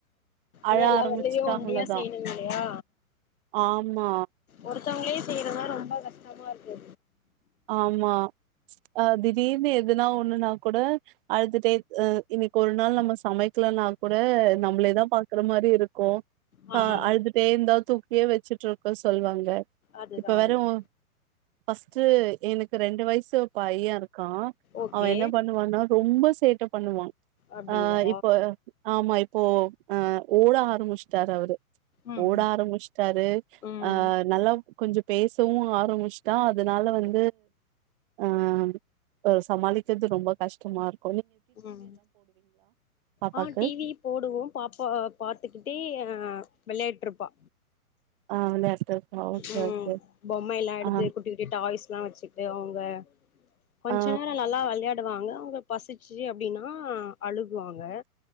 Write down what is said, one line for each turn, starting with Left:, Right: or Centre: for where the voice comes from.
Right: அழ
Left: ஏனா எல்லா
Right: ஆரம்பிச்சுட்டா
Left: வேலையு ஒண்டியா
Right: அவ்ளதா
Left: செய்யணு இல்லையா
Right: ஆமா
Left: ஒருத்தவங்களே செய்யறதா ரொம்ப கஷ்டமா இருக்கு
Right: ஆமா அ திடீர்னு எதுனா ஒண்ணுன்னா கூட அழுதுட்டே ஆ இன்னைக்கு ஒரு நாள் நம்ம சமை க்லனா கூட நம்ப்ளே தா பாக்குற மாரி இருக்கு
Left: ஆ
Right: அ
Left: ஆ
Right: அழுதுட்டேந்தா தூக்கியே வச்சுட்ருக்க சொல்வாங்க
Left: அதுதா
Right: இப்ப
Left: அதுதா
Right: வேற ஓ ஃபஸ்ட்டு எனுக்கு ரெண்டு வய்சு பைய இர்க்கா
Left: ஓகே
Right: அவ என்ன பண்ணுவன்னா ரொம்ப சேட்டப் பண்ணுவா
Left: அப்டிங்களா
Right: அ இப்ப ஆமா இப் போ அ ஓட ஆரமுஷ்ட்டாரு அவ்ரு
Left: ம்
Right: ஓட ஆரமுஷ்ட்டாரு
Left: ம்
Right: அ நல்லா கொஞ்சு பேசவு ஆரமுஷ்ட்டா அதுனால வந் அ அ சமாளிக்கர்து ரொம்ப கஷ்ட்டமாருக்
Left: ம்
Right: பாப்பாக்கு
Left: ஆ டிவி போடுவோ பாப்பா பாத்துக்கிட்டே அ வெளையேட்ருப்பா
Right: ஆ விளையாட்டுக்கா ஓகே
Left: ம்
Right: ஓகே
Left: பொம்மை எல்லா எடுத்து
Right: ஆ
Left: குட்டி குட்டி டாய்ஸ் எல்லா வச்சுட்டு அவங்க போய் வருவீங்களா கொஞ்ச
Right: ஆ
Left: நேர நல்லா வெளையா டுவாங்க அவங்க பசிச்சு அப்டின்னா அழுகுவாங்க